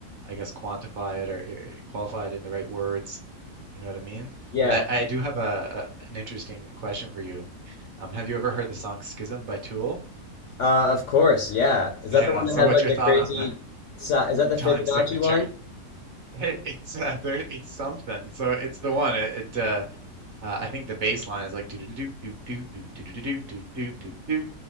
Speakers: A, on the right; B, on the left.
A: I guess, quantify it or uh, qualify it in the right words. You know what I mean?
B: Yeah,
A: But I, I do have a, a an interesting question for you. Um, have you ever heard the song Schism by Tool?
B: Uh, of course, yeah. Is
A: Yeah.
B: that the one
A: So
B: that has
A: what's
B: like
A: your
B: the
A: thought
B: crazy?
A: on the,
B: si- Is that the
A: the time
B: Fibonacci
A: signature?
B: one?
A: <laughs> It's uh, there, it's something. So it's the one. It, it uh, Uh, I think the bass line is like do do do do do do do do do do do do do,